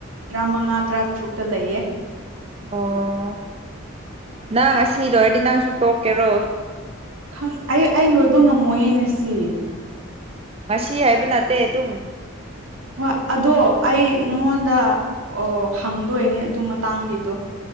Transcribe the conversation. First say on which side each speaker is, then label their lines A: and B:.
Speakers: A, on the right; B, on the right.
A: ꯇꯔꯥꯃꯉꯥ ꯇꯔꯥꯇꯔꯨꯛꯇ ꯂꯩꯌꯦ
B: ꯑꯣ ꯅꯪ ꯑꯁꯤ ꯂꯣꯏꯔꯗꯤ ꯅꯪꯁꯨ ꯇꯣꯛꯀꯦꯔꯣ
A: ꯈꯪ ꯑꯩ ꯑꯩ ꯂꯣꯏꯕ ꯉꯝꯃꯣꯏꯌꯦ ꯉꯁꯤ
B: ꯉꯁꯤ ꯍꯥꯏꯕ ꯅꯠꯇꯦ ꯑꯗꯨꯨꯝ
A: ꯋꯥ ꯑꯗꯣ ꯑꯩ ꯅꯪꯉꯣꯟꯗ ꯑꯣ ꯍꯪꯗꯣꯏꯅꯦ ꯑꯗꯨ ꯃꯇꯥꯡꯒꯤꯗꯣ